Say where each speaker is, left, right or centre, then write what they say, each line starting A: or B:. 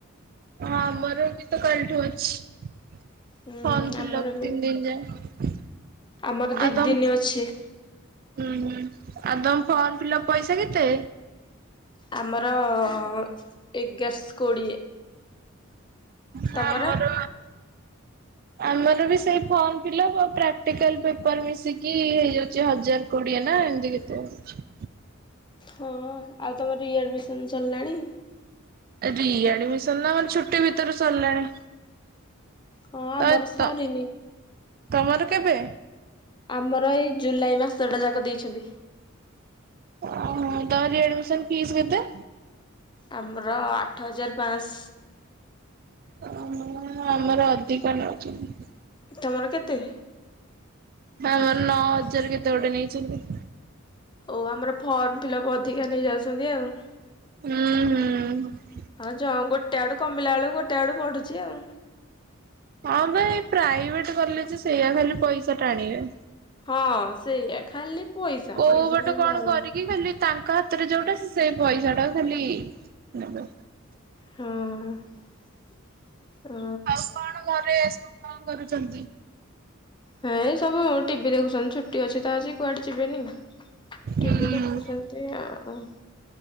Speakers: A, on the right; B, on the left.
A: ହଁ ଆମୋର ବି ତ କାଲିଠୁ ଅଛି।
B: ହୁଁ
A: ବଦ୍ଦଥିଲା
B: ଆମର ବି
A: ତିନି ଦିନି ଯାଏ।
B: ଆମର ଦିଦିନୀ
A: ଆଉ ତମ
B: ଅଛି।
A: ହୁଁ ହୁଁ ଆଉ ତମ ଫର୍ମ ଫିଲଅପ ପଇସା କେତେ।
B: ଆମର ଅ, ଅ, ଏଗାରଶ କୋଡ଼ିଏ।
A: ହଁ
B: ତମର?
A: ଆମର ଆମର ବି ସେଇ ଫର୍ମ ଫିଲଅପ ଆ ପ୍ରାକ୍ଟିକାଲ ପେପର୍ ମିଶିକି ହେଇଯାଉଚି ହଜାର କୋଡ଼ିଏ ନା ଏମିତି କେତେ ଅଛି।
B: ହଁ ଆଉ ତମର ରି ଆଡ଼ମିଶନ୍ ସରିଲାଣି।
A: ରି ଆଡମିଶନ୍ ତ ଛୁଟି ଭିତରୁ ସରିଲାଣି।
B: ହଁ ଆମର
A: ତ
B: ସରିନୀ।
A: ତ ତମର କେବେ।
B: ଆମର ଏଇ ଜୁଲାଇ ମାସଟା ଯାକ ଦେଇଛନ୍ତି।
A: ଓହୋ ତମ ରି ଆଡ଼ମିଶନ୍ ଫିସ୍ କେତେ।
B: ଆମର ଆଠ ହଜାର ପାସ୍।
A: ଆମର ଆମର ଅଧିକ ନଉଛନ୍ତି।
B: ତମର କେତେ।
A: ଆମର ନଅ ହଜାର କେତେ ଗୋଟେ ନେଇଛନ୍ତି।
B: ଓ ଆମର ଫର୍ମ ଫିଲପ୍ ଅଧିକା ନେଇ ଯାଉଛନ୍ତି ଆଉ।
A: ହୁଁ ହୁଁ।
B: ହଁ ଯ ଗୋଟେ ଆଡ଼ୁ କମିଲା ବେଳୁ ଗୋଟେ ଆଡ଼ୁ ବଢ଼ୁଚି ଆଉ।
A: ହଁ ଭାଇ ଏ ପ୍ରାଇଭେଟ୍ କଲେଜ୍ ସେଇଆ ଖାଲି ପଇସା ଟା ଆଣିବେ।
B: ହଁ ସେଇଆ ଖାଲି ପଇସା
A: କୋଉ
B: ପଇସା
A: ପଟେ
B: ପାଇଁ
A: କଣ
B: ବାଉଳ
A: କରିକି ଖାଲି ତା ଙ୍କ ହାତରେ ଯୋଉଟା ସେ ପଇସା ଟା ଖାଲି ନେବେ।
B: ହୁଁ।
A: ଆଉ କଣ ଘରେ ସବୁ କଣ କରୁଛନ୍ତି।
B: ହେଇ ସବୁ ଟିଭି ଦେଖୁଛନ୍ତି ଛୁଟି ଅଛି ତ ଆଜି କୁଆଡ଼େ ଯିବେନି। ଟିଭିି
A: ହୁଁ
B: ଦେଖୁଛନ୍ତି ଆଉ।